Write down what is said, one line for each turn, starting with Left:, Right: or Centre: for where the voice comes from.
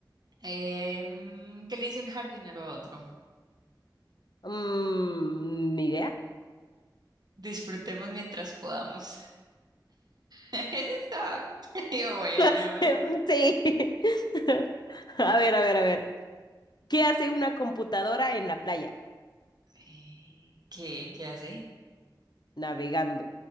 Right: Em, ¿qué le dice un jardinero a otro?
Left: Mm, ni idea.
Right: Disfrutemos mientras podamos. <laughs> Eso está. <laughs> Yo, bueno.
Left: <laughs>
Right: ¿eh?
Left: Sí. <laughs> A ver, a ver, a ver. ¿Qué hace una computadora en la playa?
Right: Eh, ¿Qué? ¿Qué hace?
Left: Navegando.